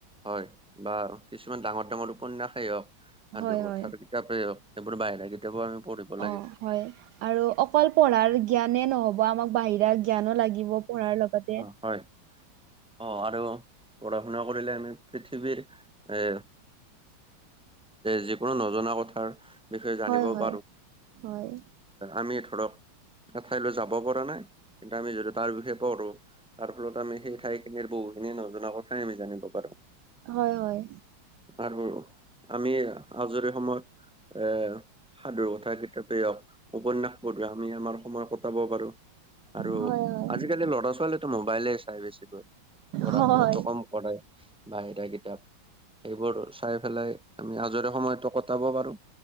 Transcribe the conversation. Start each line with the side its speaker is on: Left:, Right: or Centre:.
Centre: হয় বা কিছুমান ডাঙৰ ডাঙৰ উপন্যাসেই হওক স
Right: হয়
Centre: দুৰ্ কথাৰ
Right: হয়
Centre: কিতাপেই হওক সেইবোৰ বাহিৰা কিতাপবোৰ পঢ়িব লাগে
Right: অ হয় আৰু অকল পঢ়াৰ জ্ঞানেই নহ'ব আমাক বাহিৰা জ্ঞানো লাগিব পঢ়াৰ লগত
Centre: অঁ হয় অঁ আৰু পঢ়া শুনা কৰিলে আমি পৃথিৱীৰ এ যিকোনো নজনা কথাৰ বিষয়ে জানিব
Right: হয় হয়
Centre: পাৰো।
Right: হয়
Centre: আমি ধৰক এঠাইলৈ যাব পৰা নাই ইটা আমি যদি তাৰ বিষয়ে পঢ়ো তাৰ ফলত আমি সেই ঠাইখিনিৰ বহুখিনি নজনা কথাই আমি জানিব পাৰো।
Right: হয় হয়।
Centre: আৰু আমি আজৰি সময়ত এ সাধুৰ কথা কিতাপেই হওক উপন্যাস পঢ়োৱা আমি আমাৰ সময় ক পটাব পাৰো আৰু
Right: হয় হয় হয়
Centre: আজিকালি ল'ৰা ছোৱালীৱেটো মোবাইলেই চাই বেছিকৈ। পঢ়া
Right: হয়
Centre: শুনাটো কম কৰে বাাহিৰা কিতাপ সেইবোৰ চাই পেলাই- আমি আজৰি সময়তো কটাব পাৰো।